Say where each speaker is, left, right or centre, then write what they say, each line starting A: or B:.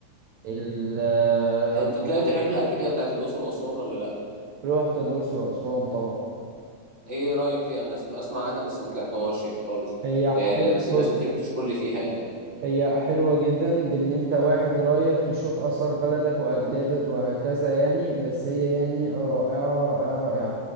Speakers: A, on the right; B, on the right.
A: ال-
B: انت
A: ابو
B: طلعت
A: الهول
B: رحلة قبل كده بتاعت الأقصر وأسوان ولا لأ؟
A: رحت الاقصر واسوان طبعا
B: ايه رأيك فيها؟ أنا اسم- أسمع عنها بس ما طلعتهاش يعني خالص
A: هي حلو
B: آه بس ناس
A: بص
B: كتير بتشكر لي فيها يعني
A: هي حلوة جدا بان انت واحد رايح تشوف اثار بلدك واجدادك وهكذا يعني بس هي يعني رائعة رائعة رائعة